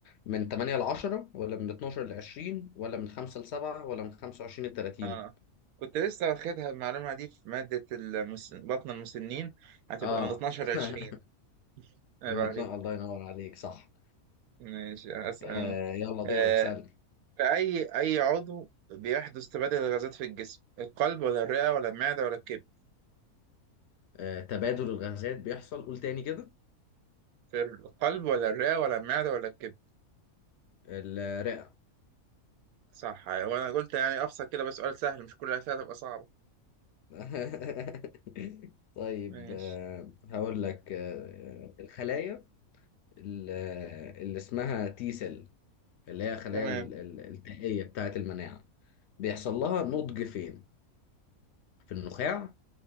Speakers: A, on the left; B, on the right.
A: من 8 ل 10 ولا من 12 ل 20 ولا من 5 ل 7 ولا من 25 ل 30
B: آه كنت لسه واخدها المعلومة دي في مادة المس... بطن المسنين هتبقى
A: اه
B: من 12 ل 20
A: <laughs>
B: عيب
A: من
B: عليك
A: 12 الله ينور عليك صح
B: ماشي أسأل
A: آه يلا دورك
B: آه
A: سألني
B: في أي أي عضو بيحدث تبادل الغازات في الجسم القلب ولا الرئة ولا المعدة ولا الكبد
A: آه تبادل الغازات بيحصل قول تاني كده
B: في القلب ولا الرئة ولا المعدة ولا الكبد
A: الرئه
B: صح وأنا قلت يعني أبسط كده بس سؤال سهل مش كل الأسئلة هتبقى صعبة
A: <laughs> طيب
B: ماشي
A: آه هقول لك آه الخلايا اللي اللي اسمها تي سيل اللي هي الخلايا
B: تمام
A: ال- ال- التائية بتاعة المناعة بيحصل لها نضج فين؟ في النخاع